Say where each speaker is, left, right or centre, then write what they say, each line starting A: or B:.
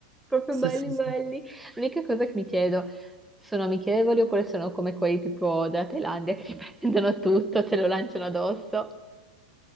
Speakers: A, in the centre; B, on the right.
A: proprio
B: sì,
A: belli
B: sì. sì,
A: belli.
B: sì.
A: L'unica cosa che mi chiedo, sono amichevoli oppure sono come quelli tipo della Thailandia che ti <laughs> prendono tutto, te lo lanciano addosso?